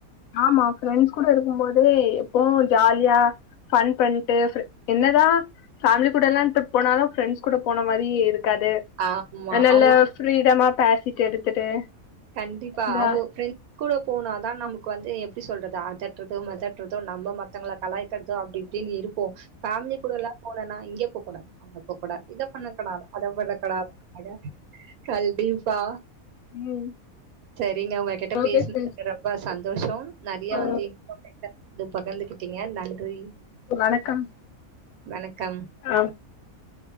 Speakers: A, on the left; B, on the right.
A: ஆமா ஃப்ரெண்ட்ஸ் கூட இருக்கும் போதே எப்போ ஒர் ஜாலியா ஃபன் பண்ட்டு என்ன தா ஃபேமிலி கூட எல்லா ட்ரிப் போனாலு ஃப்ரெண்ட்ஸ் கூட போன மாரி இருக்காது
B: ஆமா
A: அதனால
B: அவங்க
A: ப்ரீடமா பேசிட்டு எடுத்துட்டு
B: கண்டிப்பா
A: இந்தா
B: அவுங்க ப்ரெண்ட்ஸ் கூட போனாதா நமக்கு வந்து எப்டி சொல்றது அதட்றது மதட்றது நம்ம மத்தவங்கள கலாயி க்கறது அப்டி இப்டினு இருப்போ ஃபமிலி கூட எல்லா போனனா இங்கே போகூடாது அங்கே போகூடாது இத பண்ணக்கூடாது அத பண்ணக்கூடாது கண்டீப்பா
A: ம்
B: சரிங்க உங்ககிட்ட
A: ஓகே
B: பேசுனதுக்கு
A: ஃப்ரெண்ட்ஸ்
B: ரொம்ப சந்தோஷம் நெறைய
A: ஆ
B: வந்து இன்பர்மேஷன் இது பகிர்ந்துகிட்டீங்க நன்றி
A: வணக்கம்
B: வணக்கம்
A: ஆ